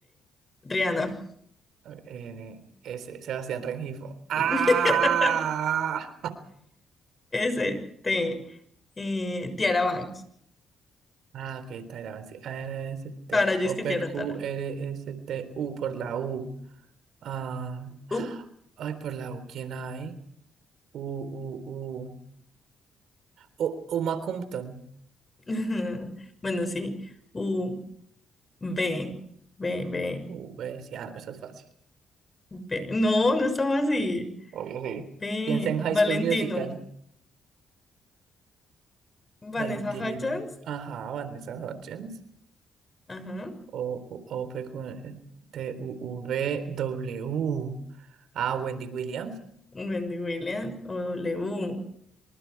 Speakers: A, on the left; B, on the right.
A: Rihanna.
B: N, S. Sebastián Rengifo. ¡Ah!
A: <laughs> S-T. eh, Tiara Banks.
B: Ah, ok, Tyra Banks. A, N, S, T,
A: Tara, yo
B: O,
A: es que
B: P,
A: Tiara
B: Q,
A: Tara.
B: R, S, T, U por la U. Ah,
A: U.
B: ay, por la U, ¿quién hay? U, U, U. U, Uma Compton.
A: <laughs> Bueno, sí. U. B. B, B,
B: U, B, sí, ah, no, eso es fácil.
A: B. No, no estaba así.
B: Obvio, sí.
A: B.
B: Piensa en High
A: Valentino.
B: School Musical.
A: Vanessa
B: Valentino.
A: Hudgens.
B: Ajá, Vanessa Hudgens.
A: Ajá.
B: O, U, O, P, Q, T, U, U, V, W. Ah, Wendy Williams.
A: Wendy Williams. O W.